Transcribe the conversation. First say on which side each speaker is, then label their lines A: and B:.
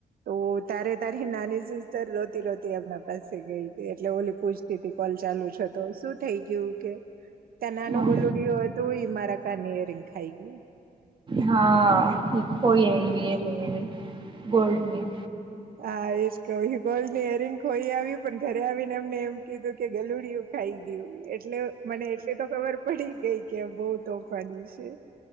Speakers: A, on the right; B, on the right.
A: તો તારે તારી નાની સિસ્ ટર રોતી રોતી આપણા પાસે ગઈ. તી, એટલે ઓલી પૂછતી તી કોલ ચાલુ છે, તો શું થઈ ગ્યું કે. ત્યાં નાનું
B: હા.
A: ગલુડીયો હતું ઈ મારા કાન ની એરિંગ ખાઈ ગયું
B: હા ઈ એવી જને વર્લ્ડની
A: હા એશ કહ કોલ ની એરિંગ ખોઈ આવ્યું પણ ઘરે આવીને એમને એમ કીધું કે ગલુડિયું ખાઈ ગયું એટલે મને એટલી તો ખબર પડી કઈ કે બહુ તોફાની છે